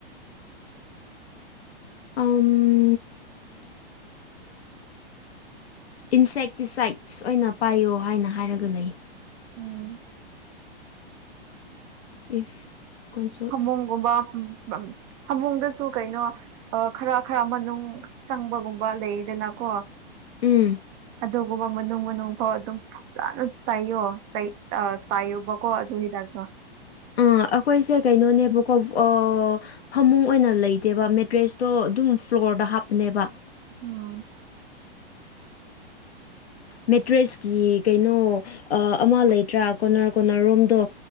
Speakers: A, on the left (about 80°); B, on the right (about 30°).
A: ꯑꯝ
B: <inaudible>
A: ꯏꯟꯁꯦꯛꯇꯤꯁꯥꯏꯠꯁ ꯑꯣꯏꯅ ꯄꯥꯏꯌꯣ ꯍꯥꯏꯅ ꯍꯥꯏꯔꯒ ꯂꯩ
B: ꯎꯝ
A: ꯏꯐ ꯀꯣꯟꯁꯣꯜ
B: ꯐꯃꯨꯡꯒꯨꯝꯕ ꯎꯝ ꯃꯝ ꯐꯃꯨꯡꯗꯁꯨ ꯀꯩꯅꯣ ꯑ ꯈꯔ ꯈꯔ ꯃꯅꯨꯡ ꯆꯪꯕꯒꯨꯝꯕ ꯂꯩꯗꯅꯀꯣ
A: ꯎꯝ
B: ꯑꯗꯨꯒꯨꯝꯕ ꯃꯅꯨꯡ ꯃꯅꯨꯡ ꯐꯥꯎ ꯑꯗꯨꯝ ꯐꯖꯅ ꯆꯥꯏꯌꯣ ꯆꯩ ꯆꯥ ꯑ ꯆꯥꯏꯌꯣꯕꯀꯣ ꯑꯗꯨ ꯍꯤꯗꯥꯛꯇꯣ
A: ꯑ ꯑꯈꯣꯏꯁꯦ ꯀꯩꯅꯣꯅꯦꯕꯀꯣ ꯑꯥ ꯐꯃꯨꯡ ꯑꯣꯏꯅ ꯂꯩꯇꯦꯕ ꯃꯦꯇ꯭ꯔꯦꯁꯇꯣ ꯑꯗꯨꯝ ꯐ꯭ꯂꯣꯔꯗ ꯍꯥꯞꯄꯅꯦꯕ
B: ꯎꯝ
A: ꯃꯦꯇ꯭ꯔꯦꯁꯀꯤ ꯀꯩꯅꯣ ꯑ ꯑꯃ ꯂꯩꯇ꯭ꯔꯥ ꯀꯣꯅꯔ ꯀꯣꯅꯔꯔꯣꯝꯗꯣ